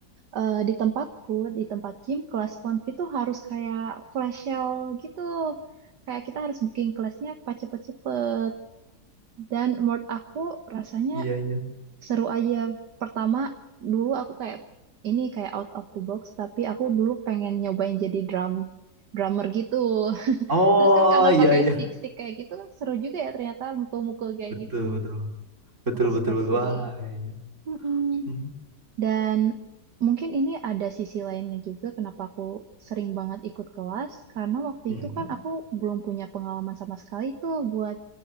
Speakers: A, on the right; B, on the right.
A: Eh, di tempatku, di tempat gym, kelas PONP itu harus kayak flash sale gitu. Kayak kita harus booking kelasnya pas cepet-cepet. Dan menurut aku rasanya
B: Iya iya.
A: seru aja. Pertama, dulu aku kayak, ini kayak out of the box, tapi aku dulu pengen nyobain jadi drum drummer gitu. <laughs>
B: Oh
A: Terus kan karena
B: iya
A: pakai
B: iya.
A: stick-stick kayak gitu, kan seru juga ya ternyata mukul-mukul kayak
B: Betul
A: gitu.
B: betul betul
A: Aku suka
B: betul betul.
A: sih.
B: Wah iya.
A: Mm-mm.
B: Hmm.
A: Dan mungkin ini ada sisi lainnya juga kenapa aku sering banget ikut kelas, karena waktu
B: Hmm.
A: itu kan aku belum punya pengalaman sama sekali tuh buat